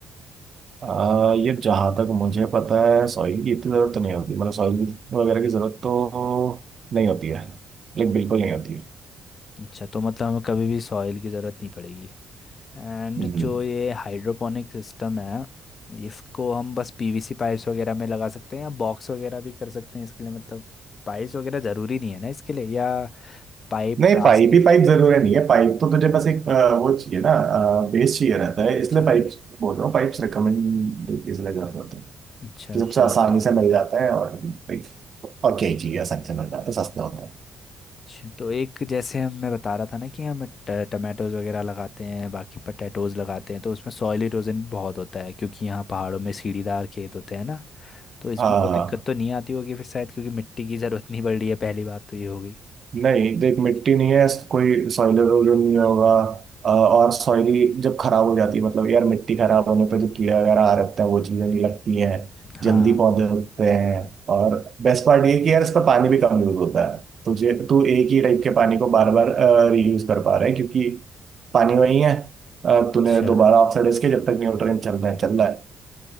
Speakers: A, on the right (about 50°); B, on the left (about 45°).
A: आ, ये जहाँ तक मुझे पता है सॉइल की इतनी ज़रूरत तो नहीं होती मतलब सॉइल वगैरह की ज़रूरत तो नहीं होती है लाइक बिल्कुल नहीं होती है
B: अच्छा तो मतलब हमें कभी भी सॉइल की ज़रूरत नहीं पड़ेगी एंड
A: हम्म।
B: जो ये हाइड्रोपोनिक सिस्टम है इसको हम बस पीवीसी पाइप्स वगैरह में लगा सकते हैं या बॉक्स वगैरह भी कर सकते हैं इसके लिए मतलब पाइप्स वगैरह ज़रूरी नहीं है ना इसके लिए या पाइप
A: नहीं
B: प्लास्टिक
A: पाइप ही पाइप जरूरी नहीं है पाइप तो तुझे बस एक आ, वो चाहिए ना बेस चाहिए रहता है इसलिए
B: अच्छा
A: पाइप बोल रहा हूँ पाइप्स रिकमेंड इसलिए कर रहा होता है
B: अच्छा
A: कि सबसे
B: ठीक
A: आसानी से मिल जाता है और like, और क्या ही चाहिए आसानी से मिल जाता है सस्ता होता है
B: अच्छा, तो एक जैसे हम मैं बता रहा था ना कि हम ट- टमाटोज वगैरह लगाते हैं बाकी पटेटोज लगाते हैं तो उसमें सॉइल इरोजन भी बहुत होता है क्योंकि यहाँ पहाड़ों में सीढ़ीदार खेत होते हैं ना तो इसमें
A: हाँ हाँ,
B: वो दिक्कत
A: हाँ।
B: तो नहीं आती होगी फिर शायद क्योंकि मिट्टी की ज़रूरत नहीं पड़ रही है पहली बात तो ये होगी
A: नहीं देख मिट्टी नहीं है कोई सॉइल इरोजन नहीं होगा अ, और सॉइली जब खराब हो जाती है मतलब यार मिट्टी खराब होने पे जो कीड़े वगैरह आ रहते हैं वो चीजें नहीं लगती हैं
B: हाँ
A: जल्दी पौधे उगते हैं और बेस्ट पार्ट ये है कि यार इसका पानी भी कम यूज होता है तुझे तू एक ही टाइप के पानी को बार बार रीयूज कर पा रहा है क्योंकि पानी वही है अ,
B: अच्छा
A: तूने दोबारा ऑक्सीडाइज के जब तक न्यूट्रिएंट चल रहे हैं चल रहा है